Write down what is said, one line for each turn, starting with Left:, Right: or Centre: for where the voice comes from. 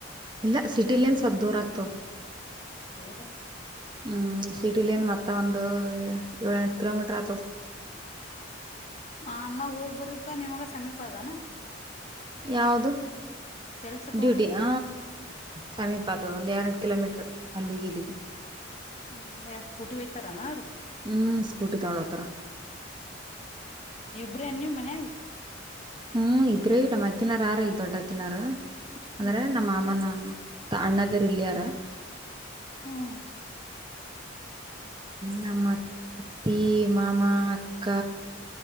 Right: ಇಲ್ಲ ಸಿಟಿ ಳಿಂದ ಸ್ವಲ್ಪ ದೂರ ಆಗ್ತವ
Left: ದೋರ
Right: ಹ್ಮ್ ಸಿಟಿಲಿಂದ ಮತ್ತ ಒಂದು ಏಳು ಎಂಟು ಕಿಲೋಮೀಟರ್ ಆತದ
Left: ಹ ನಾ ಹೋಗ್ ಬರಕ್ಕ ನಿಮಾಗ ಸಮೀಪ ಅದಾನ
Right: ಯಾಾವದು
Left: ಕೆಲ್ಸಕ್
Right: ಡ್ಯೂಟಿ
Left: ಹೋಗೋದು
Right: ಹ ಸಮೀಪಾತದ ಒಂದು ಎರಡು ಕಿಲೋಮೀಟರ್ ಅಲ್ಲಿಗೆ ಇಲ್ಲಿಗೆ
Left: ಹ್ಮ್ ಏನ್ ಸ್ಕೂಟಿ ಒಯ್ತಾರನಾ ಅವರ
Right: ಹ್ಞೂ ಸ್ಕೂಟಿ ತಗೊಳ್ಳೋತರ
Left: ಇಬ್ರ ನೀವು ಮನ್ಯಾಗ
Right: ಹ್ಮ್ ಇಬ್ರೇ ನಮ್ಮ ಅತ್ತಿನಾರ ಆರ ಇಲ್ ದೊಡ್ ಅತ್ತಿನವಾರ ಅಂದ್ರೆ
Left: ಹ್ಮ್ ಹ್ಮ್
Right: ನಮ್ಮ ಅಮ್ಮನ ಅಣ್ಣದರು ಇಲ್ಯಾರ
Left: ಹ್ಮ್
Right: ನಮ್ಮ ಅತ್ತಿ ಮಾಮ ಅಕ್ಕ